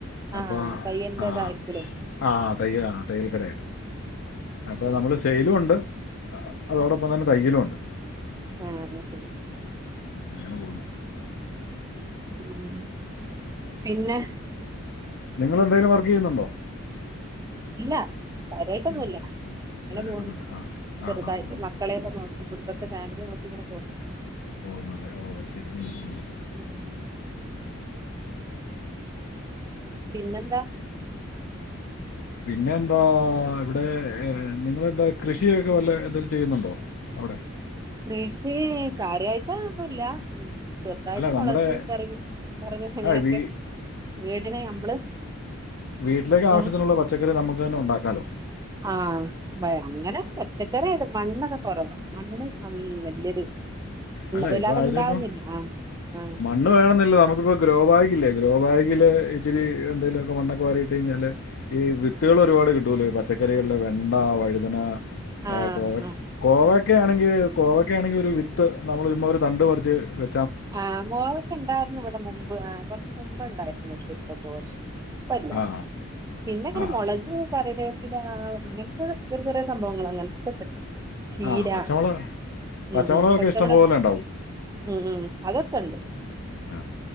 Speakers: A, on the right; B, on the left.
A: ആഹ്
B: അപ്പൊ
A: പയ്യന്റെതായിരിക്കൂലേ
B: ആഹ് ആഹ് തയ്യലാ തയ്യെല് കടേണ് അപ്പൊ ന്നമ്മള് സെയ്ലുണ്ട് അതോടൊപ്പം തന്നെ തയ്യലുംണ്ട്
A: ഏഹ് ഇന്നാ ശെരി
B: അങ്ങെനെ പോവുന്നു.
A: ഉം പിന്നെ
B: ന്നിങ്ങളെന്തെലും വർക്കെയ്യുന്നുണ്ടോ?
A: ഇല്ല കാര്യായ്ട്ടൊന്നുല്ല
B: ഇല്ല
A: അങ്ങനെ
B: കാര്യമായിട്ടൊന്നുമില്ല
A: പോന്ന്
B: ആ
A: ചെറ്തായിട്ട്
B: ആ ഹാ ഹാ
A: മ ക്കളെയെല്ലാം നോക്കി കുടുംബത്തെ ഫാമിലിയെ നോക്കി ഇങ്ങനെ പോവുന്ന്.
B: ഓഹ് നല്ലെ ഓഹ് അത് ശെരി ഉം, ഉം.
A: ഉം പിന്നെന്താ?
B: പിന്നെന്താ ഇവടെ ഏഹ് ന്നിങ്ങെളെന്താ കൃഷിയൊക്കെ വല്ലൊം എന്തേലും ചെയ്യുന്നുണ്ടോ? അവ്ടെ
A: കൃഷി കാര്യായ്ട്ട് ഒന്നുല്ല. ചെറുതായിട്ട്
B: അല്ല
A: മൊളെക്
B: നമ്മുടെ
A: കറി കറിവ് അങ്ങനെയൊക്കെ
B: ആ വീ
A: വീടിന് നമ്മള്
B: വീട്ടിലേക്ക് ആവിശ്യത്തിനുള്ള
A: ഏ
B: പച്ചക്കറി ന്നമുക്ക് തന്നെ ഉണ്ടാക്കാലോ?
A: ആഹ് അങ്ങനെ പച്ചക്കറി മണ്ണൊക്കെ കൊറവാ. മണ്ണ് അം വ ല്ല്യൊരു
B: അല്ല
A: വെല്ലാതെ
B: ഇപ്പം അതിനിപ്പം
A: ഇണ്ടാവുന്നില്ല ആഹ്, ആഹ്.
B: മണ്ണ് വേണന്നില്ല നമുക്കിപ്പോ ഗ്രോ ബാഗില്ലേ ഗ്രോ ബാഗില് ഇച്ചിരി എന്തേലൊക്കെ മണ്ണൊക്കെ വാരിയിട്ട് കഴിഞ്ഞാല് ഈ വിത്തുകൾ ഒരുപാട് കിട്ടോലോ പച്ചക്കറികളില് വെണ്ട, വഴുതന
A: ആഹ്
B: ഏഹ് കോവ
A: ആഹ്
B: കോവക്കആണെങ്കി കോവക്ക ആണെങ്കി ഒര് വിത്ത് നമ്മള് ഒര് തണ്ട് പറിച്ച് വെ
A: ആഹ് കോവക്ക ഇണ്ടായിര്ന്നു ഇവടെ മുമ്പ് കൊർച്ച് മുമ്പ് ഇണ്ടായിര്ന്നു ഇഷ്ട്ടം പോലെ. ഇപ്പല്ല
B: ആ
A: പിന്നെ ഇങ്ങെനെ
B: ആ
A: മൊളെക് കറിവേപ്പില അങ്ങെൻത്തെ ചെറു ചെറിയെ സംഭവങ്ങൾ അങ്ങെൻത്തൊക്കെണ്ട്. ചീര
B: ആ പച്ചമുളക്
A: ഉം,
B: പച്ചമുളകൊക്കെ
A: ഉം പച്ചമൊള്
B: ഇഷ്ടംപോലെ ഉണ്ടാവും
A: ഉം, ഉം. അതൊക്കെണ്ട്
B: ആ